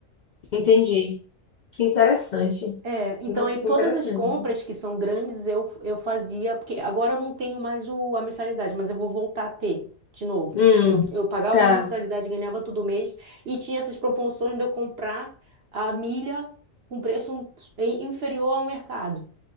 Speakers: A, on the left (about 70°); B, on the right (about 55°).
A: entendi. Que interessante.
B: É, então
A: Nossa,
B: aí
A: que
B: todas
A: interessante.
B: as compras que são grandes eu, eu fazia, porque agora eu não tenho mais o, a mensalidade, mas eu vou voltar a ter de novo.
A: Hum,
B: Que Eu, eu pagava
A: tá.
B: uma mensalidade, ganhava todo mês, e tinha essas promoções de eu comprar a milha com preço in- inferior ao mercado,